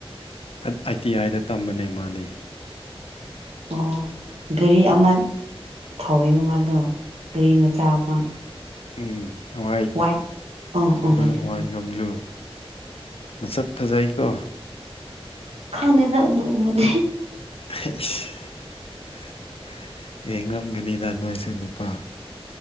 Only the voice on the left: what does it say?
ꯑꯥꯏ ꯇꯤ ꯑꯥꯏꯗ ꯇꯝꯕꯅꯦ ꯃꯥꯗꯤ
ꯎꯝ ꯍꯣꯏ
ꯒꯝ꯭ꯂꯨ
ꯍꯏ ꯒꯝ꯭ꯂꯨ ꯃꯁꯛ ꯐꯖꯩꯀꯣ
<unintelligible> ꯌꯦꯡꯔꯝꯒꯅꯤꯗ ꯅꯣꯏꯁꯨ ꯅꯨꯄꯥ